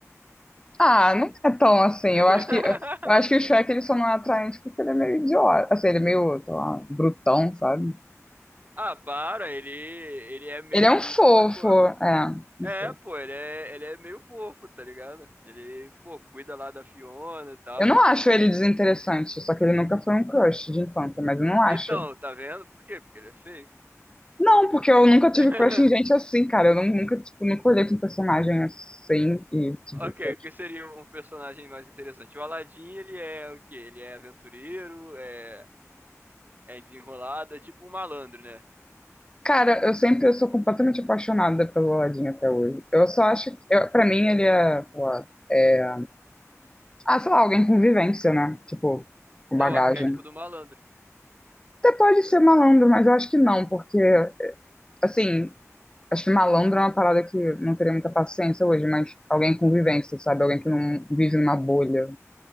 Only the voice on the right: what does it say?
<laughs>
Ah, para, ele, ele é meio
chucro,
mas, pô.
É,
pô, ele é, ele é meio fofo, tá ligado? Ele, pô, cuida lá da Fiona e tal.
Ele-
Então, tá vendo? Por quê? Porque ele é feio.
<laughs>
Ok,
o que seria um personagem mais interessante? O Aladdin, ele é o quê? Ele é aventureiro, é, é desenrolado, é tipo um malandro, né?
É
o arquétipo do malandro.